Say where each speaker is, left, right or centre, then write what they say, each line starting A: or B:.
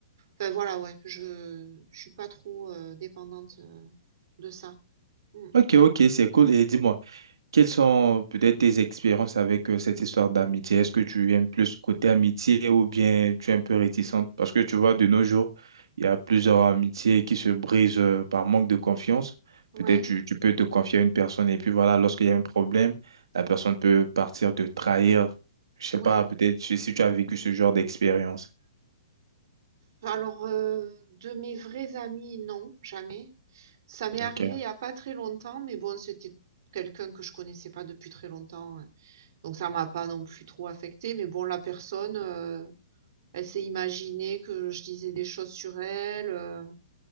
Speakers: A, on the right; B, on the right.
A: Enfin voilà, ouais, je, je suis pas trop euh, dépendante euh, de ça. Mm.
B: Ok, ok, c'est cool. Et dis-moi. Quelles sont peut-être tes expériences avec euh, cette histoire d'amitié? Est-ce que tu aimes plus côté amitié ou bien tu es un peu réticente? Parce que tu vois, de nos jours, il y a plusieurs amitiés qui se brisent euh, par manque de confiance.
A: Ouais,
B: Peut-être tu, tu peux te confier à une personne et puis voilà, lorsqu'il y a un problème, la personne peut partir te trahir. Je sais
A: ouais.
B: pas, peut-être si si tu as vécu ce genre d'expérience.
A: Alors, euh, de mes vrais amis, non, jamais. Ça m'est arrivé
B: Ok.
A: il n'y a pas très longtemps, mais bon, c'était quelqu'un que je connaissais pas depuis très longtemps, hein. donc ça m'a pas non plus trop affecté. Mais bon, la personne, euh, elle s'est imaginée que je disais des choses sur elle. euh,